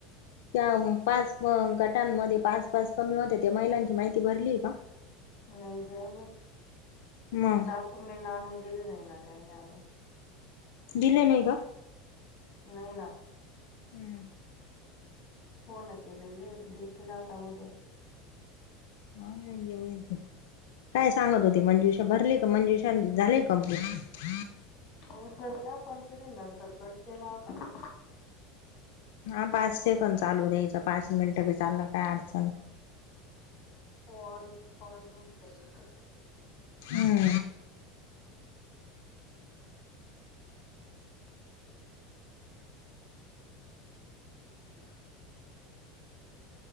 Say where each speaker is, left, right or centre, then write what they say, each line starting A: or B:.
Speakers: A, on the left; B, on the left.
A: त्या पाच गटांमध्ये पाच पाच कमी होत्या त्या महिलांची माहिती भरली का?
B: नाही बाई अजुन
A: मग
B: डॉक्युमेंट आनुन दिले नाही ना त्यांनी अजून.
A: दिले नाही का?
B: नाही ना.
A: हम्म
B: फोन केलेले देतील आता उद्या.
A: हां म्हणजे होईल ते. काय सांगत होती मंजुषा भरले का मंजुषाने झाले का कंप्लीट?
B: उचलला पण तिने नंतर कट केला होता.
A: हा पाच सेकंद चालू द्यायचा पाच मिनिट बी चालला काय अडचण नाही.
B: ऑल कॉल म्हणतय इथ.
A: हम्म
B: <inaudible>